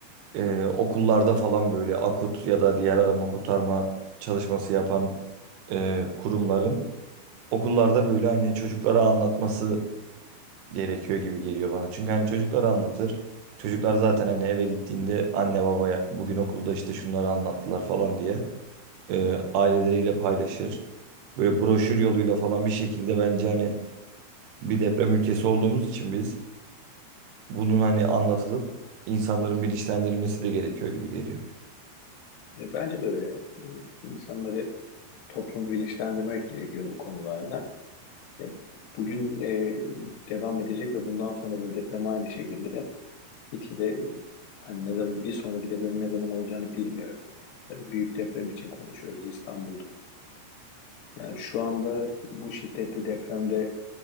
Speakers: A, on the right (about 75°); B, on the left (about 80°).
A: e, okullarda falan böyle AKUT ya da diğer arama kurtarma çalışması yapan e, kurumların okullarda böyle hani çocuklara anlatması gerekiyor gibi geliyor bana. Çünkü hani çocuklara anlatır. Çocuklar zaten hani eve gittiğinde anne babaya bugün okulda işte şunları anlattılar falan diye e, aileleriyle paylaşır. Böyle broşür yoluyla falan bir şekilde bence hani bir deprem ülkesi olduğumuz için biz bunun hani anlatılıp insanların bilinçlendirilmesi de gerekiyor gibi geliyor.
B: E, Bence de öyle. İnsanları toplum bilinçlendirmek gerekiyor bu konularda. Ya, bugün e, devam edecek ve bundan sonra da deprem aynı şekilde gitgide e, hani ne zaman bir sonraki depremin ne zaman olacağını bilmiyoruz. E, Büyük deprem için konuşuyoruz İstanbul'da. Yani şu anda bu şiddetli depremde